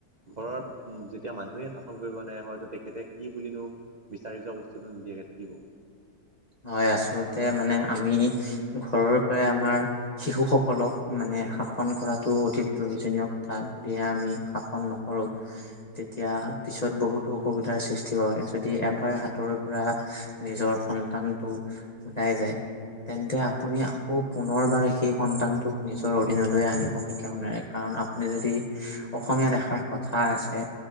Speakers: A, on the right (about 60°); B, on the left (about 40°).
A: ঘৰত উম যেতিয়া মানুহে শাসন কৰিব নোৱাই হয়তো তেখেতে কি বুলিনো বিচাৰি যোৱা বস্তুটো নিদিয়াকে থাকিব
B: হয় আচলতে মানে আমি ঘৰৰ পৰাই আমাৰ শিশু সকলক মানে শাসন কৰাতটো অধিক প্ৰয়োজনীয় কথা যদিহে আমি শাসন নক সৰু তেতিয়া পিছত বহুতো অসুবিধাৰ সৃষ্টি হয়, যদি এবাৰ হাতৰ পৰা নিজৰ সন তানটো উলাই যায়। তেন্তে আপুনি আকৌ পুনৰবাৰ সেই সন্তানটোক নিজৰ অধীনলৈ আনিব কেতিয়াও নোৱাৰে। কাৰণ আপুনি যদি অসমীয়াত এষাৰ কথা আছে